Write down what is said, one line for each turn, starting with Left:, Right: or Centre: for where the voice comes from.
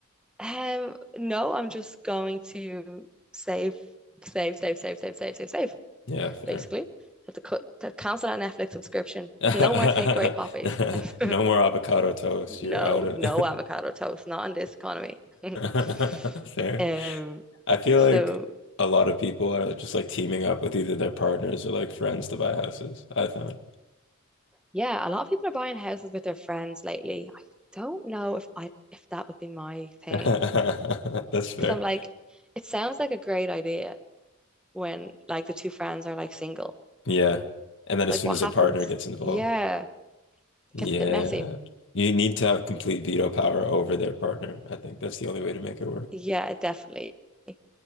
Centre: Um, no, I'm just going to save, save, save, save, save, save, save, save,
Left: Yeah, fair.
Centre: basically. Have to cut, to cancel that Netflix subscription.
Left: <laughs>
Centre: No more takeaway coffees. <laughs>
Left: No more avocado toast.
Centre: No,
Left: You're out of
Centre: no avocado toast, not in this economy. <laughs>
Left: <laughs> fair.
Centre: Um,
Left: I feel
Centre: so
Left: like a lot of people are just like teaming up with either their partners or like friends to buy houses, I found.
Centre: yeah, a lot of people are buying houses with their friends lately. I don't know if I if that would be my thing.
Left: <laughs> That's fair.
Centre: Because I'm like, it sounds like a great idea when like the two friends are like single.
Left: Yeah. And then
Centre: Like
Left: as soon
Centre: what
Left: as
Centre: happens?
Left: a partner gets involved,
Centre: Yeah, it
Left: yeah.
Centre: gets a bit messy.
Left: You need to have complete veto power over their partner. I think that's the only way to make it work.
Centre: Yeah, definitely. I